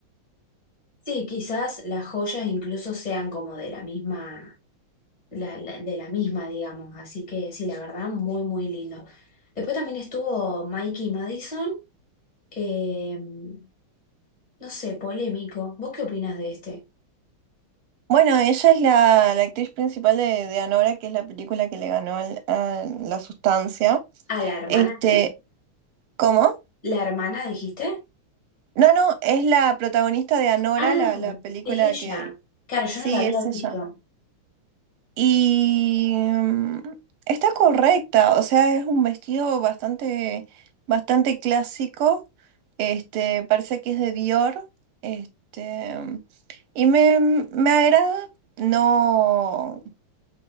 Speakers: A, on the left (about 20°); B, on the right (about 80°).
A: Sí, quizás las joyas incluso sean como de la misma, la- la- de la misma, digamos, así que sí, la verdad, muy, muy lindo. Después también estuvo Mikey Madison, em, no sé, polémico. ¿Vos qué opinas de este?
B: Bueno, ella es la, la actriz principal de, de Anora, que es la película que le ganó al- a la sustancia.
A: A la hermana.
B: Este, ¿cómo?
A: ¿La hermana dijiste?
B: No, no, es la protagonista de Anora,
A: Ah,
B: la, la película
A: es ella.
B: que...
A: Claro, yo
B: Sí,
A: no la había
B: es ella.
A: visto.
B: Y mm, está correcta, o sea, es un vestido bastante, bastante clásico. Este, parece que es de Dior. Este, y me, me agrada. No.